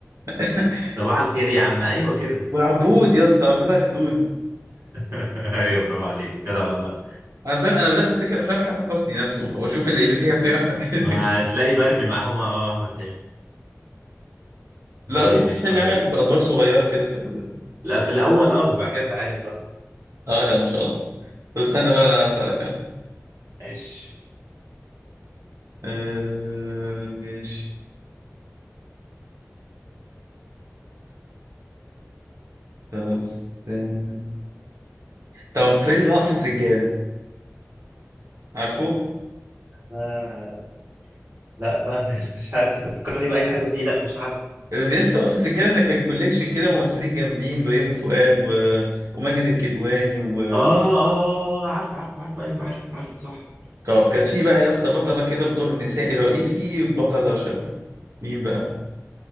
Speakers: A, on the right; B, on the right.
A: <laughs>
B: <laughs> صباح الخير يا عم ايوه كده
A: وعبود يا اسطى عبود على الحدود
B: <laughs> ايوه برافو عليك كده والله
A: انا صار انا بدات افتكر افلام حسن حسني نفسه ف- واشوف اللي اللي فيها فين احمد حلمي
B: ما هتلاقي مرمي معاهم اه آه، احمد حلمي
A: <laughs> لا
B: طيب
A: اصلا
B: ماشي
A: احمد
B: خلاص
A: حلمي عمل في ادوار صغيره كده في ال...
B: لا في الاول اه بس بعد كده انت عارف بقى
A: اه لا ما شاء الله طب استنى بقى انا اسالك انا
B: ماشي
A: آه ماشي طب استنى طب فيلم وقفه رجاله عارفه
B: أنا- لا بقى مش مش عارف تفكرني بأي حاجة فيه لا مش عارف
A: يا اسطى وقفة رجالة ده كان كوليكشن كده ممثلين جامدين بيومي فؤاد و... وماجد الكدواني و...
B: اه اه آه، عارفه عارفه عارفه ايوه عارفه عارفه صح
A: طب كانت في بقى يا اسطى بطلة كده بدور نسائي رئيسي بطلة شابة مين بقى؟